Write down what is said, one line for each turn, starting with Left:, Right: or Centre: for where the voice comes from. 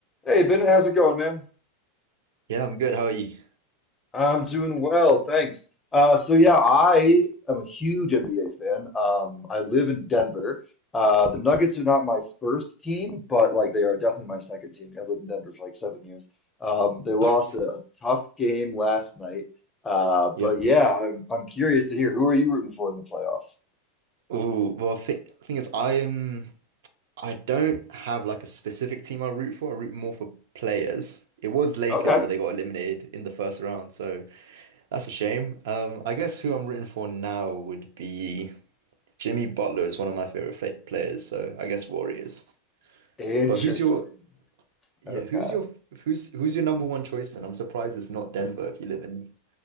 Left: Hey Bennett, how's it going, man?
Right: Yeah, I'm good. How are you?
Left: I'm doing well, thanks. Uh, so yeah, I am a huge NBA fan. Um, I live in Denver. Uh, the Nuggets are not my first team, but like they are definitely my second team. I've lived in Denver for like seven years. Um, they lost
Right: What?
Left: a tough game last night. Uh,
Right: Yeah.
Left: but yeah, I'm I'm curious to hear who are you rooting for in the playoffs?
Right: Oh, well, th thing is, I am. I don't have like a specific team I root for. I root more for players. It was Lakers,
Left: Okay.
Right: but they got eliminated in the first round, so that's a shame. Um, I guess who I'm rooting for now would be Jimmy Butler is one of my favorite fa- players, so I guess Warriors.
Left: Interesting.
Right: But who's your yeah?
Left: Okay.
Right: Who's your who's who's your number one choice? And I'm surprised it's not Denver if you live in.